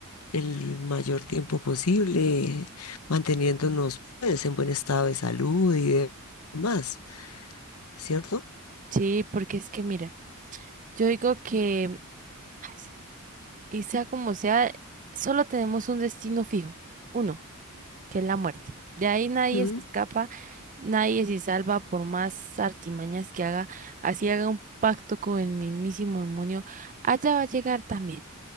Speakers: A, on the left; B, on the right.
A: el mayor tiempo posible, manteniéndonos pues, en buen estado de salud y demás, ¿cierto?
B: Sí, porque es que mira, yo digo que, ay, y sea como sea, solo tenemos un destino fijo, uno. que es la muerte. De ahí nadie
A: Mm,
B: se escapa, nadie se salva por más artimañas que haga, así haga un pacto con el mismísimo demonio, allá va a llegar también.